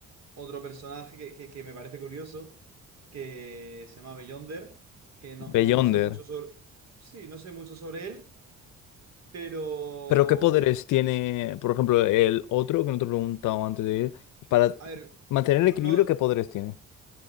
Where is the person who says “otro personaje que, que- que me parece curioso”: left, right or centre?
Right